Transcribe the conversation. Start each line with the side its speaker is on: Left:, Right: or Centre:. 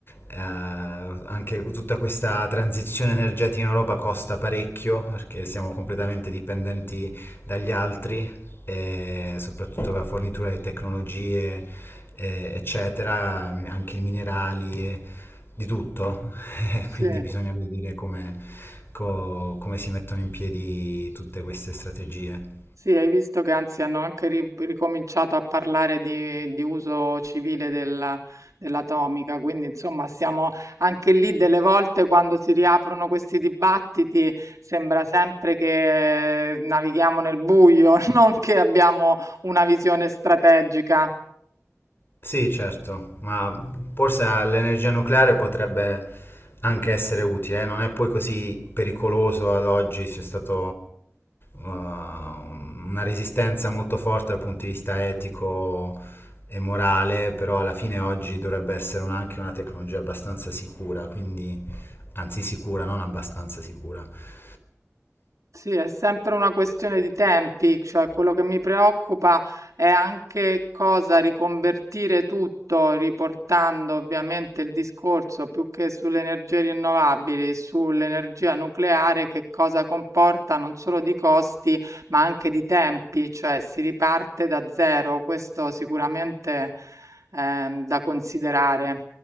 Left: eh, anche tutta questa transizione energetica in Europa costa parecchio perché siamo completamente dipendenti dagli altri, e soprattutto la fornitura di tecnologie, eh, eccetera, anche i minerali, e di tutto. <laughs>
Right: Sì.
Left: Quindi bisogna vedere come, co- come si mettono in piedi tutte queste strategie.
Right: Sì, hai visto che anzi hanno anche ri- ricominciato a parlare di, di uso civile della- dell'atomica, quindi insomma siamo anche lì delle volte quando si riaprono questi dibattiti, sembra sempre che eh, navighiamo nel buio, <laughs> non che abbiamo una visione strategica.
Left: Sì, certo, ma forse l'energia nucleare potrebbe anche essere utile, eh, Non è poi così pericoloso ad oggi, c'è stata una resistenza molto forte dal punto di vista etico e morale, però alla fine oggi dovrebbe essere un- anche una tecnologia abbastanza sicura, quindi, anzi sicura, non abbastanza sicura.
Right: Sì, è sempre una questione di tempi, cioè quello che mi preoccupa è anche cosa riconvertire tutto, riportando ovviamente il discorso più che sulle energie rinnovabili, sull'energia nucleare, che cosa comporta non solo di costi, ma anche di tempi, cioè si riparte da zero, questo sicuramente è da considerare.